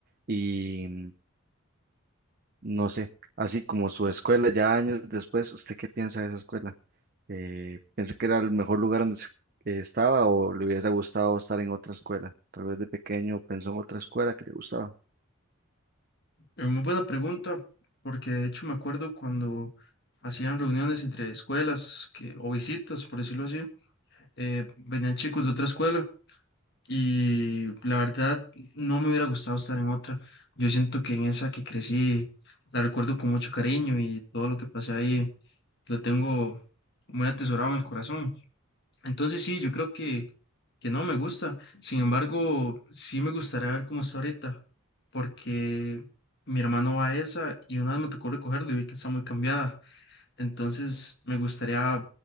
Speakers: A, on the right; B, on the left.
A: Y mm, no sé, así como su escuela, ya años después, ¿usted qué piensa de esa escuela? Eh, ¿piensa que era el mejor lugar donde se- eh, estaba o le hubiera gustado estar en otra escuela? Tal vez de pequeño pensó en otra escuela que le gustaba.
B: Es muy buena pregunta, porque de hecho me acuerdo cuando hacían reuniones entre escuelas que, o visitas, por decirlo así. eh, venían chicos de otra escuela y la verdad no me hubiera gustado estar en otra. Yo siento que en esa que crecí la recuerdo con mucho cariño y todo lo que pasé ahí lo tengo muy atesorado en el corazón. Entonces sí, yo creo que, que no me gusta. Sin embargo, sí me gustaría ver cómo está ahorita, porque mi hermano va a esa y una vez me tocó recogerlo y vi que está muy cambiada. Entonces me gustaría